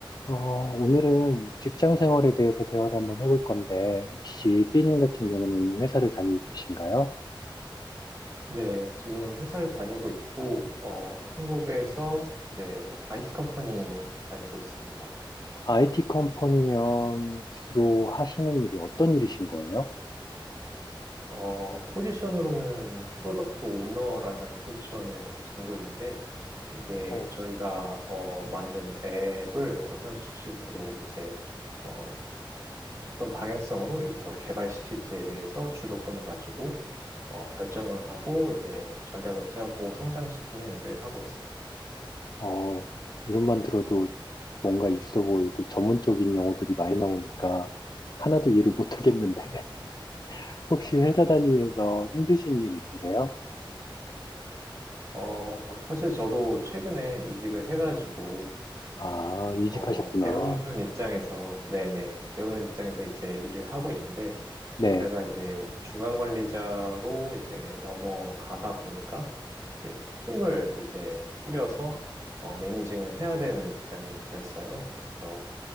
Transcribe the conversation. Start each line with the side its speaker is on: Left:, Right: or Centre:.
Left: 어, 오늘은 직장 생활에 대해서 대화를 한번 해볼 건데, 혹시 B님 같은 경우는 회사를 다니고 계신가요?
Right: 네, 지금 회사를 다니고 있고, 어, 한국에서 이제 IT 컴퍼니 다니고 있습니다.
Left: IT 컴퍼니면 주로 하시는 일이 어떤 일이신 거예요?
Right: 어, 포지션으로는 프로덕트 오너라는 포지션을 지니고 있는데, 이게
Left: 어,
Right: 저희가 어, 만든 앱을 어떤 식으로 이제 어, 떤 방향성으로 이걸 개발시킬지에 대해서 주도권을 가지고 어, 결정을 하고 이제 전략을 짜고 성장시키는 일을 하고 있습니다.
Left: 어, 이름만 들어도 뭔가 있어 보이고 전문적인 용어들이 많이 나오니까 하나도 이해를 못하겠는데, <laughs> 혹시 회사 다니면서 힘드신 일 있으세요?
Right: 어, 사실 저도 최근에 이직을 해가지고,
Left: 아, 이직하셨구나.
Right: 어, 배우는 입장에서, 네네, 배우는 입장에서 이제 일을 하고 있는데,
Left: 네.
Right: 게다가 이제 중간 관리자로 이제 넘어가다 보니까, 이제 팀을 이제 꾸려서, 어, 매니징을 해야 되는 입장이 되었어요. 그래서